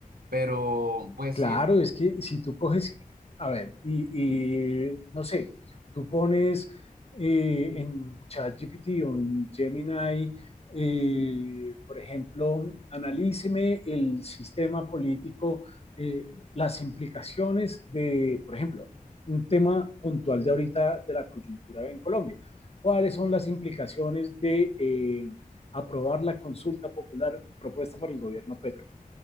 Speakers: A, on the right; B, on the left.
A: Pero, pues
B: Claro,
A: sí,
B: es que si tú coges, a ver, y, y, no sé, tú pones eh, en ChatGPT o en Gemini, eh, por ejemplo, analíceme el sistema político, eh, las implicaciones de, por ejemplo, un tema puntual de ahorita de la coyuntura en Colombia. ¿Cuáles son las implicaciones de eh, aprobar la consulta popular propuesta por el gobierno Petro?